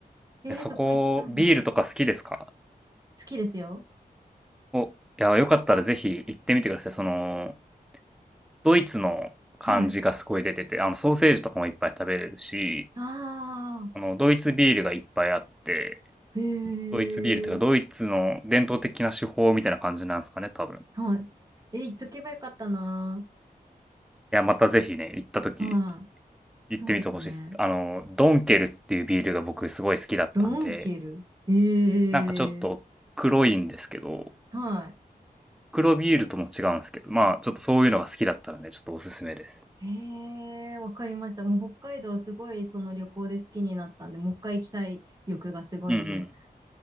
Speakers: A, on the right; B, in the centre.
A: えー、
B: でそこ、
A: そこ行ったんだ。
B: ビールとか好きですか
A: 好きですよ。
B: お、いや、よかったらぜひ行ってみてください。その、ドイツの感じがすごい出てて、
A: はい。
B: あの、ソーセージとかもいっぱい食べれるし、
A: ああ、
B: あの、ドイツビールがいっぱいあって、
A: へえ、
B: ドイツビールというか、ドイツの伝統的な手法みたいな感じなんですかね、多分。い
A: はい。えー、行っとけばよかったな。
B: や、またぜひね、行った時、
A: はい。そうですね。
B: 行ってみてほしいです。あの、ドンケルっていうビールが僕すごい好きだったんで、
A: ドンケル。ええ、
B: なんかちょっと黒いんですけど、
A: はい。
B: 黒ビールとも違うんですけど、まあ、ちょっとそういうのが好きだったので、ちょっとおすすめです。
A: へえ、わかりました。もう北海道すごいその旅行で好きになったんで、もう一回行きたい欲がすごいんで。
B: うんうん。